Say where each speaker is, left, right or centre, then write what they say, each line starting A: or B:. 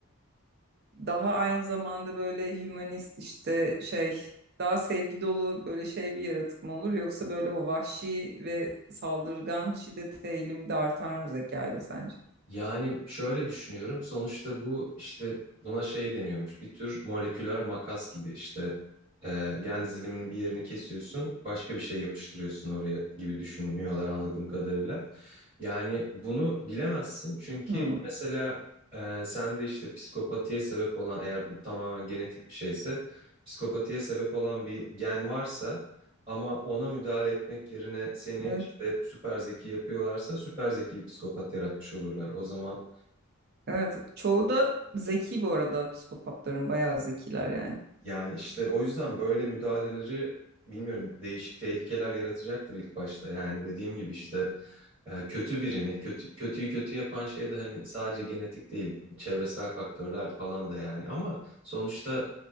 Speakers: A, on the right (about 45°); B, on the right (about 20°).
A: daha aynı zamanda böyle hümanist işte şey daha sevgi dolu böyle şey bir yaratık mı olur yoksa böyle o vahşi ve saldırgan şiddete eğilimde de artar mı zeka ile sence?
B: Yani şöyle düşünüyorum. Sonuçta bu işte buna şey deniyormuş. Bir tür moleküler makas gibi işte e, gen diziliminin bir yerini kesiyorsun, başka bir şey yapıştırıyorsun oraya gibi düşünüyorlar anladığım kadarıyla. Yani bunu bilemezsin çünkü
A: Hmm,
B: mesela e, sende işte psikopatiye sebep olan eğer bu tamamen genetik bir şeyse psikopatiye sebep olan bir gen varsa ama ona müdahale etmek yerine seni
A: evet.
B: işte süper zeki yapıyorlarsa süper zeki bir psikopat yaratmış olurlar. O zaman
A: Evet, çoğu da zeki bu arada. Psikopatların bayağı zekiler yani.
B: yani işte o yüzden böyle müdahaleleri bilmiyorum değişik tehlikeler yaratacaktır ilk başta. Yani dediğim gibi işte e, kötü birini, kötü, kötüyü kötü yapan şey de hani sadece genetik değil, çevresel faktörler falan da yani. Ama sonuçta